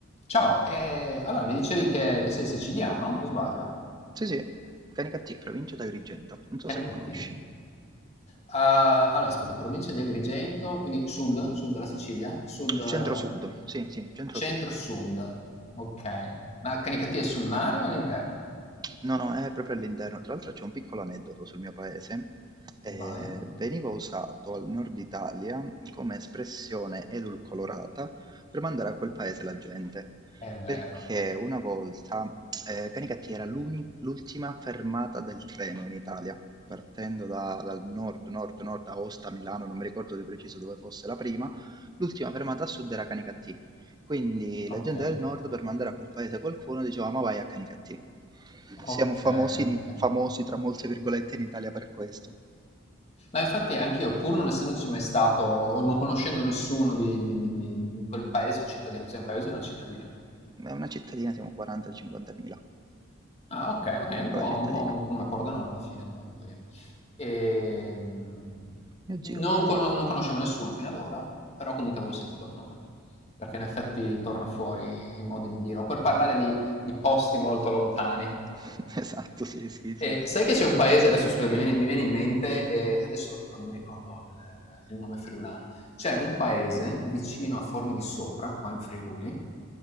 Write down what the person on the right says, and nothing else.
Sì, sì, Canicattì, provincia d'Agrigento, non so
se conosci.
Centro-Sud, sì, sì, Ah, Centro-Sud.
No, no, è proprio all'interno. Tra l'altro c'è un piccolo aneddoto sul mio paese. Eh,
veniva usato al nord Italia come espressione edulcorata per mandare a quel paese la gente,
perché una volta eh, Canicattì
era l'uni- l'ultima fermata del treno in Italia, partendo da- dal nord, nord, nord, Aosta, Milano, non mi ricordo di preciso dove fosse la prima, l'ultima fermata a sud era Canicattì. Quindi
la gente del nord per mandare a quel paese qualcuno diceva ma vai a Canicattì. Siamo
famosi,
di- famosi tra molte virgolette in Italia per questo.
È una cittadina, siamo 40-50 mila,
piccola
cittadina.
Mio
zio vive
lì.
<laughs> Esatto, sì, sì, sì,
sì.